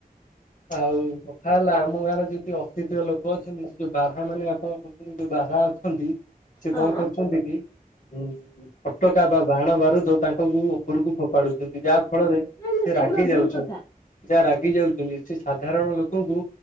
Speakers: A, on the left (about 55°); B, on the left (about 25°).
A: ଆଉ କଥା ହେଲା ଆମ ଗାଁରେ ଯ ଅସ୍ତି ଲୋକ ଅଛନ୍ତି ଯୋଉ ବାରା ମାନେ ଆପଣ କହୁଛନ୍ତି ଯୋଉ ବାରା ଅଛନ୍ତି। ସେ
B: ହଁ
A: କଣ କରୁଛନ୍ତି କି ଉଁ ଫଟକା ବା ବାହାଣ ବାରୁଦୋଉ ତାଙ୍କ। ଉପରକୁ ଫୋପାଡୁଛନ୍ତି ଯାହା ଫଳରେ
B: ନାଇଁ ନାଇଁ
A: ସେ
B: ସେଗୁଡା
A: ରାଗି
B: ଭୁଲ
A: ଯାଉଛନ୍ତି।
B: କଥା
A: ଯାହା ରାଗି ଯାଉଛନ୍ତି ସେ ସାଧାରଣ ଲୋକଙ୍କୁ